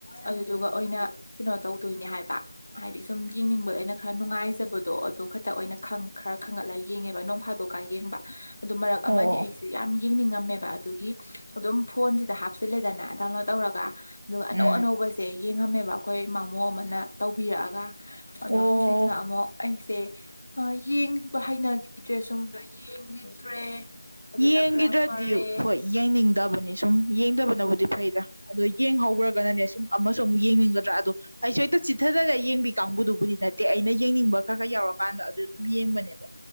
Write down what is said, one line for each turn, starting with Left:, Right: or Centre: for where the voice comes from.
Left: ꯑꯗꯨꯗꯨꯒ ꯑꯣꯏꯅ ꯀꯩꯅꯣ ꯇꯧꯗꯣꯏꯅꯦ ꯍꯥꯏꯕ ꯍꯥꯏꯗꯤ ꯁꯨꯝ ꯌꯦꯡꯅꯤꯡꯕꯗ ꯑꯩꯅ ꯈꯔ ꯅꯨꯡꯉꯥꯏꯖꯕꯗꯣ ꯑꯗꯨ ꯈꯛꯇ ꯑꯣꯏꯅ ꯈꯔ ꯈꯪꯒꯠꯂꯒ ꯌꯦꯡꯉꯦꯕ ꯅꯣꯡ ꯐꯥꯗꯣꯛꯀ ꯌꯦꯡꯕ ꯑꯗꯨ ꯃꯔꯛ
Right: ꯑꯣ
Left: ꯑꯃꯗꯤ ꯑꯩꯁꯦ ꯌꯥꯝ ꯌꯦꯡꯅꯤꯡꯉꯝꯃꯦꯕ ꯑꯗꯨꯒꯤ ꯑꯗꯨꯝ ꯐꯣꯟꯁꯤꯗ ꯍꯥꯞꯆꯤꯜꯂꯦꯗꯅ ꯗꯥꯎꯟꯂꯣꯗ ꯇꯧꯔꯒ ꯑꯗꯨꯒ ꯑꯅꯧ
Right: ꯎꯝ
Left: ꯑꯅꯧꯕꯁꯦ ꯌꯦꯡꯉꯝꯃꯦꯕ ꯑꯩꯈꯣꯏ ꯏꯃꯥꯃꯣ ꯑꯃꯅ ꯇꯧꯕꯤꯔꯛꯑꯒ ꯑꯗꯣ
Right: ꯑꯣ
Left: ꯍꯧꯖꯤꯛꯅ ꯑꯃꯨꯛ ꯑꯩꯁꯦ ꯁꯦ ꯌꯦꯡꯕ ꯍꯩꯅꯈꯤꯗ꯭ꯔꯦ ꯁꯨꯝꯗ ꯌꯦꯡꯈꯤꯗ꯭ꯔꯦ ꯑꯗꯨꯅ
Right: ꯌꯦꯡꯒꯤꯗ꯭ꯔꯗꯤ
Left: ꯈꯔ ꯐꯔꯦ
Right: ꯍꯣꯏ ꯌꯦꯡꯅꯤꯡꯗꯕꯅꯤ ꯁꯨꯝ ꯌꯦꯡꯗꯕꯅꯕꯨꯗꯤ ꯐꯩꯗ ꯑꯗꯣ ꯌꯦꯡꯍꯧꯈ꯭ꯔꯒꯅꯅꯦ ꯁꯨꯝ ꯑꯃꯁꯨ ꯑꯃꯨꯛ ꯌꯦꯡꯅꯤꯡꯒꯗ꯭ꯔꯥ ꯑꯗꯣ ꯑꯩꯁꯨ ꯍꯦꯛꯇ ꯆꯤꯊꯔꯒ ꯌꯦꯡꯕꯤ ꯀꯥꯡꯕꯨꯗꯨꯕꯨꯗꯤ ꯅꯠꯇꯦ ꯑꯩꯅ ꯌꯦꯡꯅꯤꯡꯕ ꯈꯔ ꯈꯔ ꯌꯥꯎꯔꯀꯥꯟꯗ ꯑꯗꯨ ꯑꯗꯨꯝ ꯌꯦꯡꯕꯅꯦꯕ